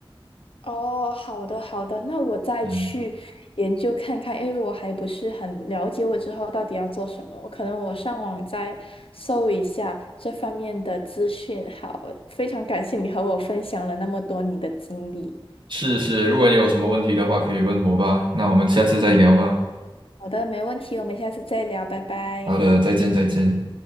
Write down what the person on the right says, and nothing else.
嗯，
是是，如果你有什么问题的话，可以问我吧。那我们下次再聊吧。
好的，再见再见。